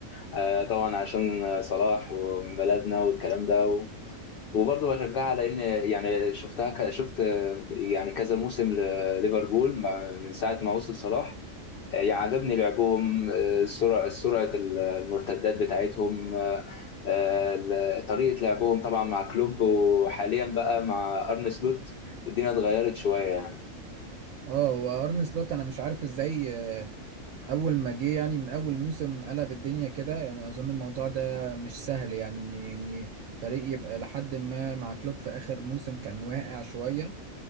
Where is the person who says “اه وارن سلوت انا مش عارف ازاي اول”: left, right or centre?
Right